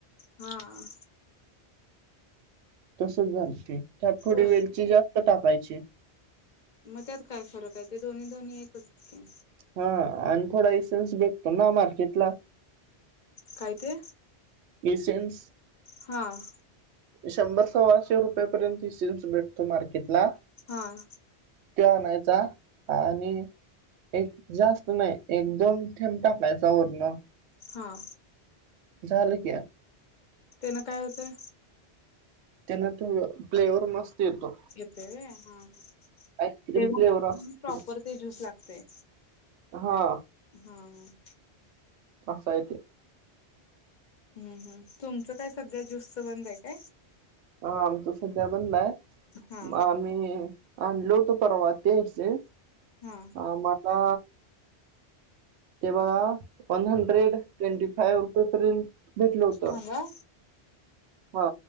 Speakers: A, on the left; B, on the right.
A: हां
B: तसंच घालते त्यांत
A: होय
B: थोडी वेलची जास्तं टाकांयची
A: मंग त्यांत कायं फरंक हांय ते दोन्हीं दोन्हीं एकचं की
B: हां आणि थोडां इसेन्स भेटतो नां मार्केेटला
A: कायं ते.
B: इसेन्स
A: हां
B: शंभर सव्वाशे रुपयांपर्यंत इसेन्स भेटतो मार्केटला.
A: हां
B: ते आणांयचा आणि. एक जास्त नाय, एक दोन-थेंब टाकायचा वरणं.
A: हा.
B: झालं की.
A: त्येनं काय होतंय?
B: त्येनं तो फ्लेवर मस्त येतो.
A: येतोय व्हय हा, हा.
B: आईस्क्रीम
A: ते मग
B: फ्लेवर असतो
A: प्रॉपर ते ज्यूस लागतय.
B: हा.
A: हा हं.
B: असाय ते.
A: हम्, हम्, तुमचं काय सध्या ज्यूसचं बंद हाय काय?
B: हा, आमच सध्या बंद हाय,
A: हा
B: म आम्ही आणलो होतो परवा तीनशे.
A: हा.
B: हा म आता. ते बगा वन हंड्रेड ट्वेंटी फाइव्ह रुपय पर्यंत भेटलं होतं.
A: थांबा
B: हा.